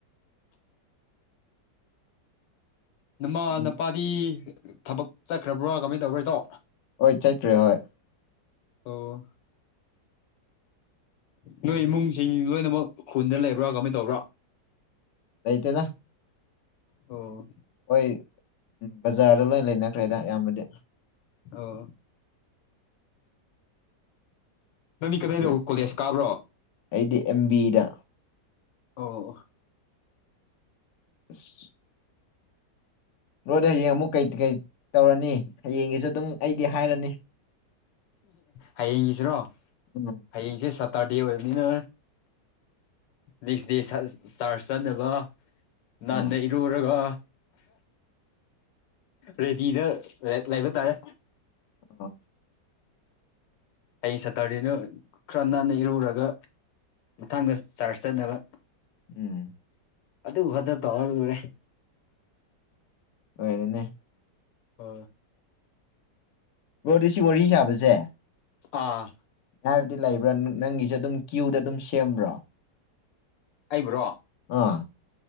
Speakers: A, on the left (about 85°); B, on the left (about 65°).
A: ꯅꯃꯥ
B: ꯎꯝ
A: ꯅꯄꯥꯗꯤ ꯊꯕꯛ ꯆꯠꯈ꯭ꯔꯕ꯭ꯔꯥ ꯀꯃꯥꯏꯅ ꯇꯧꯕꯣꯏꯗꯣ
B: ꯍꯣꯏ ꯆꯠꯠꯇ꯭ꯔꯦ ꯍꯣꯏ
A: ꯑꯣ ꯅꯣꯏ ꯏꯃꯨꯡꯁꯤꯡ ꯂꯣꯏꯅꯃꯛ ꯈꯨꯟꯗ ꯂꯩꯕ꯭ꯔꯥ ꯀꯃꯥꯏꯅ ꯇꯧꯕ꯭ꯔꯥ
B: ꯑꯥꯏꯇꯗ
A: ꯑꯣ
B: ꯍꯣꯏ ꯕꯖꯥꯔꯗ ꯂꯣꯏ ꯂꯩꯅꯈ꯭ꯔꯦꯗ ꯑꯌꯥꯝꯕꯗꯤ
A: ꯑꯣ ꯂꯝꯕꯤ ꯀꯗꯥꯏꯗ
B: ꯑꯗꯨ
A: ꯀꯣꯂꯦꯖ ꯀꯥꯕ꯭ꯔꯣ
B: ꯑꯩꯗꯤ ꯑꯦꯝ ꯕꯤꯗ
A: ꯑꯣ
B: ꯑꯁ ꯔꯣꯗ ꯍꯌꯦꯡ ꯑꯃꯨꯛ ꯀꯩ ꯀꯩ ꯇꯧꯔꯅꯤ ꯍꯌꯦꯡꯒꯤꯁꯨ ꯑꯗꯨꯝ ꯑꯩꯗꯤ ꯍꯥꯏꯔꯅꯤ
A: ꯍꯌꯦꯡꯒꯤꯁꯤꯔꯣ
B: ꯎꯝ
A: ꯍꯌꯦꯡꯁꯦ ꯁꯥꯇꯔꯗꯦ ꯑꯣꯏꯕꯅꯤꯅ ꯅꯦꯛꯁ ꯗꯦ ꯆꯥꯔꯆ ꯆꯥꯅꯕ ꯅꯟꯅ
B: ꯑꯥ
A: ꯏꯔꯨꯔꯒ ꯔꯦꯗꯤꯗ ꯂꯩꯕ ꯇꯥꯔꯦ
B: ꯑ
A: ꯑꯩ ꯁꯠꯇꯔꯤꯅ ꯈꯔ ꯅꯥꯟꯅ ꯏꯔꯨꯔꯒ ꯃꯊꯥꯡꯗ ꯆꯥꯔꯖ ꯆꯠꯅꯕ
B: ꯎꯝ
A: ꯑꯗꯨꯗ ꯐ ꯇꯋꯥꯔꯦ
B: ꯍꯔꯅ
A: ꯍ
B: ꯕꯣꯗꯤ ꯁꯤ ꯋꯥꯔꯤ ꯁꯥꯕꯁꯦ
A: ꯑꯥ
B: ꯍꯥꯏꯕꯗꯤ ꯂꯩꯕ꯭ꯔꯥ ꯅꯪꯒꯤꯁꯨ ꯑꯗꯨꯝ ꯀ꯭ꯌꯨꯗ ꯑꯗꯨꯝ ꯁꯦꯝꯕ꯭ꯔꯣ
A: ꯑꯩꯕ꯭ꯔꯣ
B: ꯑꯥ